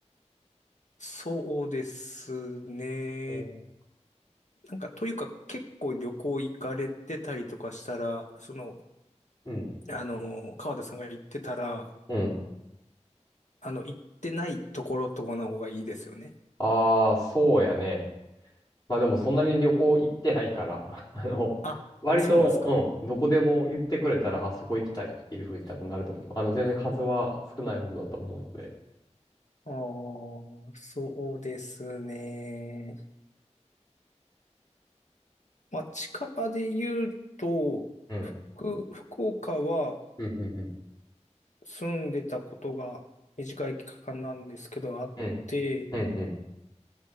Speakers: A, on the left; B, on the left.
A: そうですね。
B: うん。
A: なんか、というか、結構旅行行かれてたりとかしたら、その、
B: うん。
A: あの、川田さんが行ってたら、
B: うん
A: あの、行ってないところとかの方がいいですよね。
B: ああ、そうやね。まあでもそんなに旅行行ってないから、<laughs> あの、
A: あ、
B: 割と、
A: そうなんですか。
B: うん、どこでも言ってくれたら、あそこ行きたいっていう風に多分なると思う。あの、全然数は少ない方だと思うので。
A: ああ、そうですね。まあ、近場で言うと、
B: うん。
A: 僕福岡は
B: うん、うん、うん。
A: 住んでたことが短い期間なんですけどあって、
B: うん、うん、うん。